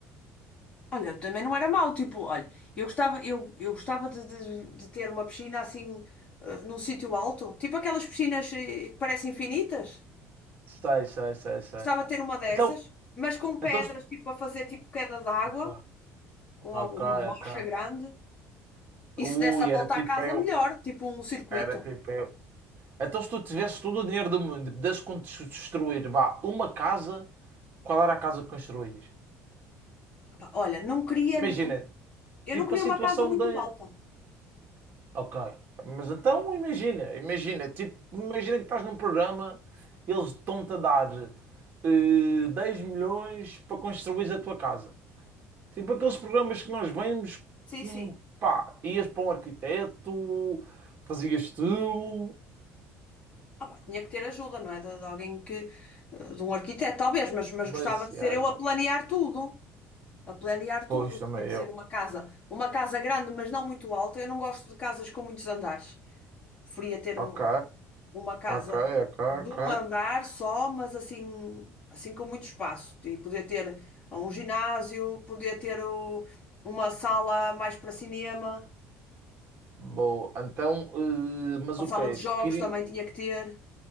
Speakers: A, on the left; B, on the right.
A: Olha, também não era mau, tipo, olha, eu gostava, eu, eu gostava de, de- de ter uma piscina assim, eh, num sítio alto, tipo aquelas piscinas eh, que parecem infinitas.
B: Sei, sei, sei, sei.
A: Gostava de ter uma dessas,
B: Então,
A: mas com pedras,
B: então... estu-
A: tipo, a fazer tipo queda d'água,
B: Ok,
A: com
B: ok.
A: alguma rocha
B: ok.
A: grande. E
B: Ui,
A: se desse a
B: era
A: volta
B: tipo
A: à casa,
B: eu.
A: melhor, tipo um circuito.
B: Era tipo eu. Então se tu tivesse todo o dinheiro do mundo, pudesse construir, vá, uma casa, qual era a casa que construías?
A: Opa, olha, não queria.
B: Imagina,
A: não- Eu
B: tipo
A: não queria
B: a situação
A: uma casa muito
B: da...
A: alta.
B: Ok. Mas então imagina, imagina, tipo, imagina que estás num programa, eles estão-te a dar eh, 10 milhões para construir a tua casa. Tipo aqueles programas que nós vemos,
A: Sim,
B: com,
A: sim.
B: pá, ias para um arquiteto, fazias tu,
A: Opa, tinha que ter ajuda, não é? De, de alguém que. eh, De um arquiteto, talvez, mas, mas
B: mas,
A: gostava de
B: yeah,
A: ser eu
B: yeah.
A: a planear tudo. A planear tudo.
B: Pois também
A: Tinha que ser
B: eu.
A: uma casa. Uma casa grande, mas não muito alta. Eu não gosto de casas com muitos andares. Preferia ter
B: Ok,
A: um. uma casa
B: ok, ok, ok.
A: de um andar só, mas assim, assim com muito espaço. E poder ter um ginásio, poder ter o- uma sala mais para cinema,
B: Boa. Então, eh, mas
A: uma
B: o
A: sala
B: quê?
A: de jogos
B: Queri-
A: também tinha que ter.